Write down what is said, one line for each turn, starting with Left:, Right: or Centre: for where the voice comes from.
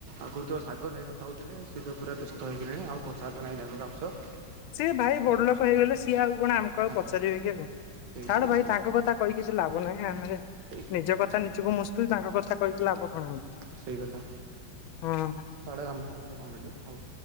Right: ଆଗରୁତ ସାଗର ଭାଇ କଥା ହଉଥିଲେ ସେତ ପୁରା ବ୍ୟସ୍ତ ହେଇଗଲେଣି ଆଉ କଥାବାର୍ତ୍ତା ନାହିଁ ତାଙ୍କ ସ
Left: ସିଏ ଭାଇ ବଡଲୋକ ହେଇଗଲେ ସିଏ ଆଉ କଣ ଆମକୁ ଆଉ
Right: ହଁ
Left: ପଚାରିବେ କି ଆଉ
Right: ସେଇ
Left: ଛାଡ
Right: ସେଇ
Left: ଭାଇ
Right: ସେଇ
Left: ତାଙ୍କ କଥା କହିକି କିଛି ଲାଭ ନାହିଁ ଆମ
Right: ସେଇ
Left: ନିଜ କଥା ନିଜକୁ ମୁସ- ତୁ ତାଙ୍କ କଥା କହିକି ଲାଭ କଣ
Right: ସେଇକଥା
Left: ହଁ
Right: ଛାଡ ଆମେ ତାଙ୍କକଥା କଣ ମିଳିବ ଆଉ